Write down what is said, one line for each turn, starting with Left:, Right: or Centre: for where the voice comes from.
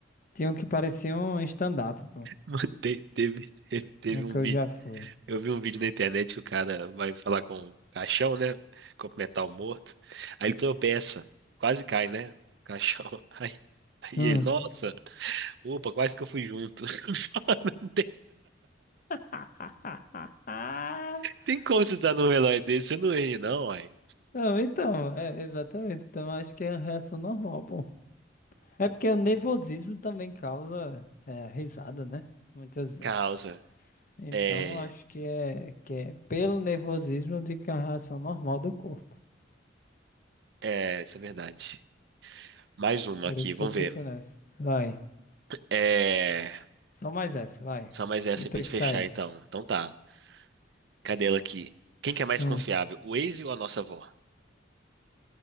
Left: tinham que parecer um stand-up, pô.
Right: Mano, te- Teve, teve, teve
Left: No
Right: um
Left: que eu
Right: vídeo.
Left: já fui.
Right: Eu vi um vídeo na internet que o cara vai falar com o caixão, né? Cumprimentar o morto. Aí ele tropeça, quase cai, né? O Caixão. <laughs> Aí, aí
Left: Hum.
Right: ele, nossa, opa, quase que eu fui junto. <laughs> Mano,
Left: <laughs>
Right: Tem como você dar num relógio desse? Você não ri, não, uai.
Left: Não, então, é, exatamente. Então, acho que é a reação normal, pô. É porque o nervosismo também causa é, risada, né? Muitas vezes.
Right: Causa.
Left: Então,
Right: É.
Left: acho que é, que é pelo nervosismo de que é a reação normal do corpo.
Right: É, isso é verdade. Mais uma
Left: Por
Right: aqui,
Left: isso
Right: vamos
Left: que eu fico
Right: ver.
Left: nessa. Vai.
Right: É.
Left: Só mais essa, vai.
Right: Só mais essa
Left: Vou ter
Right: aí pra gente
Left: que
Right: fechar,
Left: sair.
Right: então. Então tá. Cadê ela aqui? Quem que é mais
Left: Hum.
Right: confiável, o Waze ou a nossa avó?